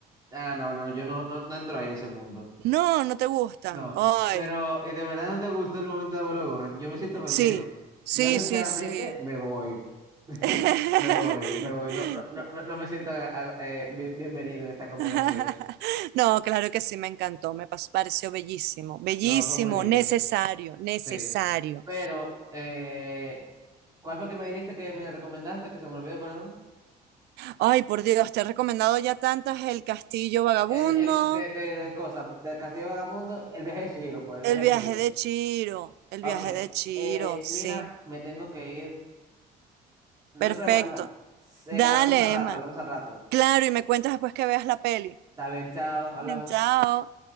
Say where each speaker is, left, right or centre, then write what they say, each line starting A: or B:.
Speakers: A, on the right (about 20°); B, on the right (about 75°).
A: Ah, no, no, yo no, no, no entro a ese mundo.
B: No, no te gustan.
A: No.
B: Ay,
A: Pero, ¿y de verdad no te gustó el momento de abuelo Gohan? Yo me siento ofendido.
B: sí, sí,
A: Yo, sinceramente,
B: sí, sí.
A: me voy. <laughs>
B: <laughs>
A: Me voy, me voy. No, no, no, no no me siento agra- agra- eh, bien- bienvenido en esta conversación.
B: <laughs> No, claro que sí, me encantó, me pas- pareció bellísimo, bellísimo,
A: No, fue muy lindo.
B: necesario, necesario.
A: Sí. Pero, eh, ¿cuál fue que me dijiste que me recomendaste? Que se me olvidó, perdón.
B: Ay, por Dios, te he recomendado ya tantas, El Castillo Vagabundo,
A: El, el, de, de, de cosas, de Castillo Vagamundo, el viaje de Chihiro fue, el viaje
B: El viaje
A: de Chihiro.
B: de Chiro, El
A: Ok,
B: viaje de Chiro,
A: eh,
B: sí,
A: mira, me tengo que ir. No
B: perfecto.
A: hay problema, ¿verdad? Se-
B: Dale,
A: hablamos al rato,
B: Emma.
A: hablamos al rato.
B: Claro, y me cuentas después que veas la peli.
A: Está bien, chao,
B: <laughs>
A: hablamos.
B: Chao.